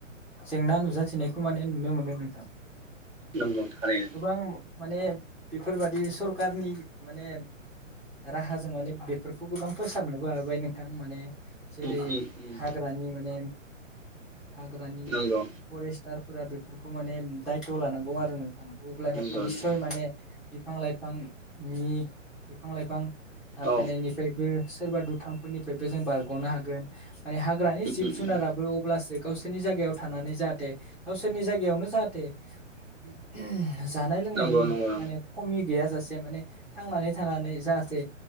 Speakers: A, in the centre; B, on the right.
A: जेंना नुजाथिनायखौ माने नुनो मोनो नोंथां
B: नंगौ थारैनो
A: गोबां माने बेफोरबादि सरखारनि माने राहाजों माने बे फोरखौबो गाव फोसाबनोबो हाबाय नोंथां माने जेरै
B: उम उम उम
A: हाग्रानि माने हाग्रानि
B: नंगौ
A: फरेस्टारफोरा बे फोरखौ माने दायथ' लानांगौ आरो नोंथां अब्लानिया
B: नंगौ
A: निसय
B: नंगौ
A: माने बिफां लाइफांनि बिफां लाइफां दानफायनायनि
B: औ
A: ओ सोरबा दुथांफोरनिफ्रायबो जों बारग'नो हागोन माने हाग्रानि जिब
B: उम
A: जुनाराबो
B: उम
A: अब्लासो गावसोरनि जायगायाव थानानै जाहाथे गावसोरनि जायगायावनो जाहाथे ओम जानाय लोंनायनि
B: नंगौ नंगौ नंगौ
A: माने खमि गैया जासे माने थांनानै थानानै जाहाथे